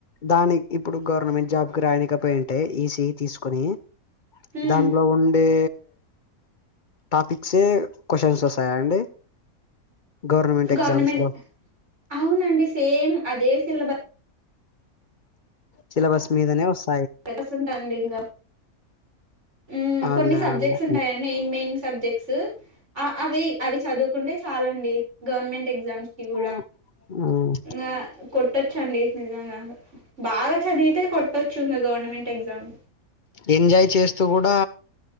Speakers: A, on the left; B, on the right.
A: దానికి ఇప్పుడు గవర్నమెంట్ జాబ్ కి రానికపోయింటే ఈసీఈ తీసుకుని
B: ఉమ్.
A: దాంట్లో ఉండే టాపిక్సే క్వశ్చన్స్ వస్తాయా అండి గవర్నమెంట్
B: గవర్నమెం
A: ఎగ్జామ్స్ లో
B: అవునండి సేమ్ అదే సిలబ
A: సిలబస్ మీదనే వస్
B: పెడస్తుంటానండి ఇంకా హ్మ్
A: అవునులే
B: కొన్ని సబ్జెక్ట్స్
A: అవునులే
B: ఉంటాయండి మెయిన్ మెయిన్ సబ్జెక్ట్స్ ఆ అవి అవి చదువు కుంటే చాలండి గవర్నమెంట్ ఎగ్జామ్స్ కి
A: మ్మ్
B: కూడా
A: మ్మ్
B: ఆ కొట్టొచ్చండి నిజంగా బాగా చదివితే కొట్టొచ్చు ఇగ గవర్నమెంట్ ఎగ్జామ్
A: ఎంజాయ్ చేస్తూ కూడా